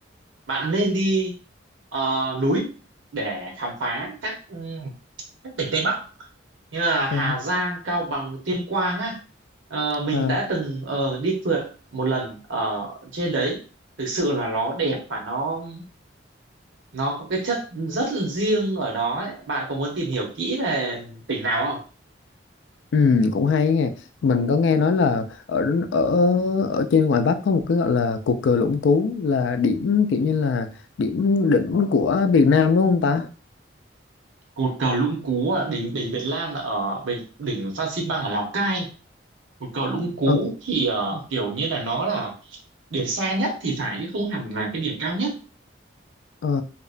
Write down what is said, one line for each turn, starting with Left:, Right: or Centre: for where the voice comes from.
Right: bạn nên đi ờ, núi để khám phá các ừ, các tỉnh Tây Bắc như là
Left: ờ,
Right: Hà Giang, Cao Bằng, Tuyên Quang á Ờ, mình
Left: ờ,
Right: đã từng ờ, đi phượt một lần ở trên đấy thực sự là nó đẹp và nó nó có cái chất rất là riêng ở đó ấy. Bạn có muốn tìm hiểu kỹ về tỉnh nào không?
Left: ừ, cũng hay nghe mình có nghe nói là ở ở ở trên ngoài Bắc có một cái gọi là cột cờ Lũng Cú là điểm kiểu như là điểm đỉnh của Việt Nam đúng không ta
Right: Cột cờ Lũng Cú ở đỉnh đỉnh Việt Nam là ở đỉnh, đỉnh Phan Xipang ở Lào Cai. Cột cờ Lũng Cú
Left: Ờ,
Right: thì ờ, kiểu như là nó là điểm xa nhất thì phải chứ không hẳn là cái điểm cao nhất.
Left: Ờ,